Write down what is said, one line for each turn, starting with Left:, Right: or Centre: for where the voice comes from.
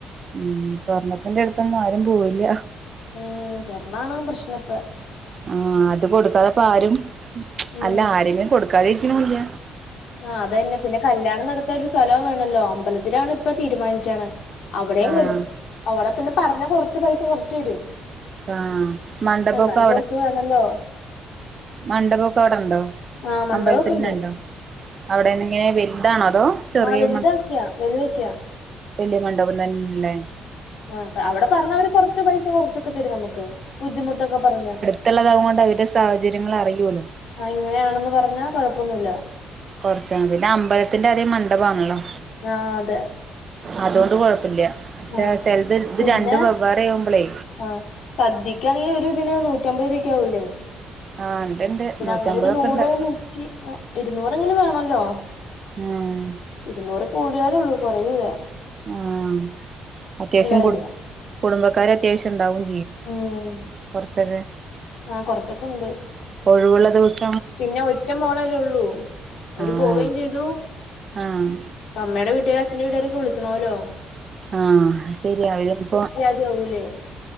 Right: ഉം സ്വർണത്തിന്റെ അടുത്തൊന്നും ആരും പോവില്ല
Left: ഉം സ്വർണ്ണണോ പ്രശ്ന ഇപ്പ
Right: ആ അത് കൊടുക്കാതെപ്പ ആരും
Left: ഉം
Right: അല്ല ആരെങ്കിലും കൊടുക്കാതെരിക്കണില്ല
Left: ആഹ് അതന്നെ പിന്നെ കല്യാണം നട <unintelligible> സ്ഥലം വേണല്ലോ അമ്പലത്തിലാണ് ഇപ്പ തീരുമാനിച്ചാണ് അവിടെയും
Right: ആഹ്
Left: അവിടെ പിന്നെ പറഞ്ഞ കൊറച്ച് പൈസ കൊറച്ച് വരും
Right: ആഹ് മണ്ഡപൊക്കെ
Left: എന്നാലും കൊറത്ത വേണല്ലോ
Right: മണ്ഡപമൊക്കെ അവിടെണ്ടോ
Left: ആ മണ്ഡപമൊക്കെ
Right: അമ്പലത്തിൽ
Left: ഉണ്ട്
Right: നിന്നുണ്ടോ അവിടെങ്ങന വലുതാണോ അതോ ചെറിയ
Left: ആഹ് വലുതാക്കിയാ വലുതക്കാ
Right: വലിയമണ്ഡപം തന്നെയല്ലേ
Left: ആ അവിടെ പറഞ്ഞവര് കൊറച്ച് പൈസ കൊറച്ചൊക്കെ തരും നമുക്ക് ബുദ്ധിമുട്ടൊക്കെ പറഞ്ഞ
Right: മറ്റുള്ളതാവുക കൊണ്ട് അവരുടെ സാഹചര്യങ്ങൾ അറിയൂ ലോ
Left: ആഹ് ഇങ്ങനെയാണെന്ന് പറഞ്ഞാ കൊഴപ്പൊന്നുമില്ല
Right: കുറച്ച പിന്നെ അമ്പലത്തിന്റെ അറിയ മണ്ഡപമാണല്ലോ
Left: ആഹ് അതെ
Right: അതുകൊണ്ട് കൊഴപ്പില്ല
Left: ആ
Right: ചെല്ത് ഇത്
Left: പിന്നെ
Right: രണ്ട് വെവ്വേറെ ആവുമ്പോളേ
Left: ആ സദ്യക്കാണെങ്കിൽ ഒരു ദിന് നൂറ്റമ്പത് രൂപക്കെ ആകൂല്ലേ
Right: ആ ഉണ്ട്ണ്ട്
Left: <unintelligible> പിന്നെ
Right: നൂറ്റമ്പതൊക്കെ
Left: അങ്ങനെ ഒരു നൂറോ
Right: ഉണ്ട്
Left: നൂറ്റി ഇരുന്നൂറ്ങ്ങിലും വേണല്ലോ
Right: ആം
Left: ഇരുന്നൂറ് കൂടിയാലുള്ളു കൊറയൂല
Right: ആഹ് അത്യാവശ്യം
Left: വിലയാ
Right: കു കുടുംബക്കാര് അത്യാവശ്യം ഉണ്ടാവും
Left: ഉം
Right: കൊർച്ചൊക്കെ
Left: ആ കൊറച്ചൊക്കെ ഉണ്ട്
Right: ഒഴിവുള്ള ദിവസ
Left: പിന്നെ ഒറ്റ മോളല്ല ഉള്ളൂ അവര്
Right: ആഹ്
Left: പോവയും ചെയ്തു
Right: ആഹ്
Left: അമ്മേടെ വീട്ടിലും അച്ഛന്റെ വീട്ടാരേം ഒക്കെ വിളിക്കണോലോ
Right: ആഹ ശെരി അവര് ഇപ്പോ
Left: <unintelligible>